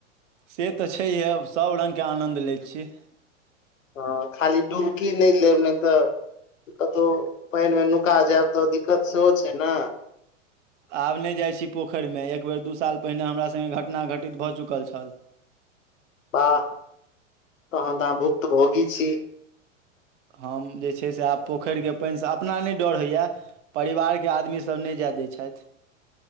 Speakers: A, on the right (about 65°); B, on the left (about 85°).
A: से तऽ छैहे सभ रङ्गके आनन्द लैत छीिय।
B: हँ खाली दू की नहि लेब नहि तऽ कतहु पाइन मे नुका जायब तऽ दिक्कत सेहो छै ने।
A: आब नहि जाइ छी पोखरिमे एक बेेर दू साल पहिने हमरा सङ्गे घटना घटित भऽ चुकल छल।
B: वाह तहन तऽ अहाँ भुक्तभोगी छी।
A: हम जे छै से आब पोखरिके पानिसँ अपना नहि डर होइए परिवारके आदमीसभ नहि जाए दै छथि।